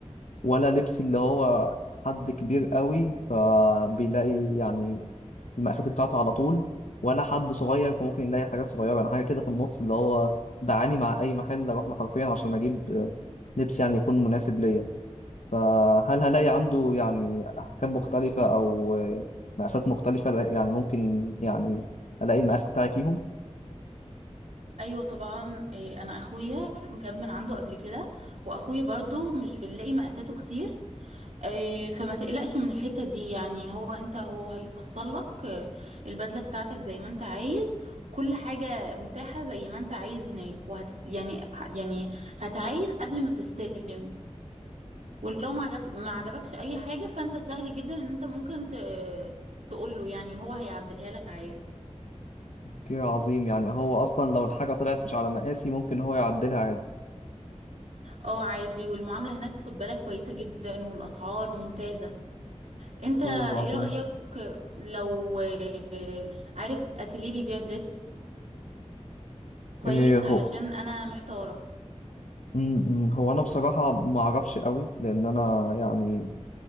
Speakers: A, on the left; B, on the right.
A: ولا لبسي اللي هو حد كبير قوي فبيلاقي يعني المقاسات بتاعته على طول ولا حد صغير فممكن يلاقي حاجات صغيره انا حاجه كده في النص اللي هو بعاني مع اي محل اروح له حرفيا عشان اجيب آه، لبس يعني يكون مناسب ليا فهل هلاقي عنده يعني أحكام مختلفة أو مقاسات مختلفة يعني ممكن يعني ألاقي المقاس بتاعي فيهم؟
B: ايوه طبعا آه، انا اخويا جاب من عنده قبل كده واخويا برضو مش بنلاقي مقاساته كتير آه، فما تقلقش من الحتة دي يعني هو انت هو هيفصل لك آه، البدلة بتاعتك زي ما انت عايز كل حاجة متاحة زي ما انت عايز هناك وهتس يعني يعني هتعاين قبل ما تستلم ولو ما عجب ما عجبكش اي حاجه فانت سهل جدا ان انت ممكن ت... تقول له يعني هو هيعدلها لك عادي
A: أوكي عظيم يعني هو أصلا لو الحاجة طلعت مش على مقاسي ممكن هو يعدلها عادي
B: اه عادي والمعامله هناك خد بالك كويسه جدا والاسعار ممتازه انت
A: طيب
B: ايه
A: عظيم
B: رايك لو آه، عارف اتيليه بيبيع دريس كويس
A: إيه هو
B: علشان انا محتاره
A: م- م- هو أنا بصراحة ما أعرفش قوي لأن أنا يعني